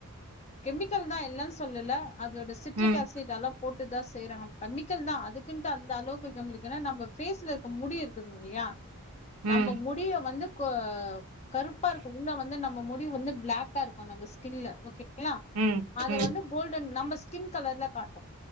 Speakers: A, on the left; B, on the right.
A: கெமிக்கல்தா இல்லன் சொல்லுல அதோட சிட்ரிக்
B: ம்
A: ஏசிட் எல்லாம் போட்டுதாஸ் செய்யறாங்க கெமிக்கல்தா அதுக்குன்டு அந்த அளவுக்கு கெமிக்கல நம்ம பேஸ்ல இருக்க முடி இருக்குதுங் இல்லியா
B: ம்
A: நம்ப முடிய வந்து கருப்பா இருக்கு உள்ள வந்து நம் நம்ம முடி வந்து பிளாக்கா இருக்கு நம்ம ஸ்கின்ல ஓகே ங்ளா
B: ம்
A: அது
B: ம்
A: வந்து கோல்டன் நம்பஸ் ஸ்கின் கலர்ல காட்டு